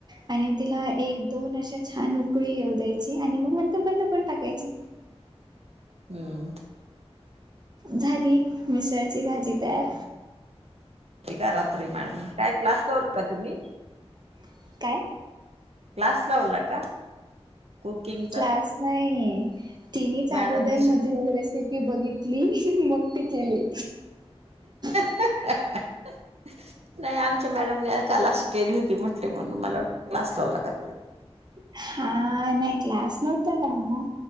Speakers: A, on the right; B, on the right.
A: आणि तिला एक-दोन अशा छान उकळी येऊ द्यायची. आणि मग नंतर बंद पण टाकायची.
B: हम्म.
A: झाली मिसळची भाजी तयार.
B: ति काय रात्री मॅडम. काय क्लासला होता तुम्ही?
A: <inaudible> काय?
B: क्लास लावला का? कुकिंगचा
A: क्लास नाही तिनेच
B: मॅडमने
A: अगोदर
B: शिक
A: मधुराज रेसिप ती बघितली मग ती केली. <inaudible>
B: <inaudible> नाही आमच्या मॅडमने क्लास केली होती म्हटले म्हणून मला क्लास लावला त्या.
A: हा नाउ क्लास नव्हता लावलं,